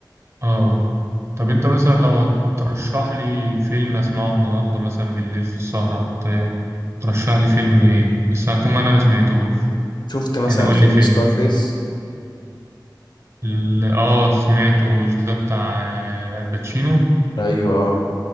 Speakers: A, on the right (about 35°); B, on the left (about 70°).
A: اه طب انت مثلا لو ترشح لي فيلم اسمعه النهاردة مثلا بالليل في السهرة هت- ترشح لي فيلم ايه بس هكون انا ما سمعتوش
B: شفت مثلا
A: يعني قول
B: فيلم
A: لي فيلم
B: سكارفيس
A: ال- اه سمعته مش ده بتاع آه، الباتشينو
B: ايوه اه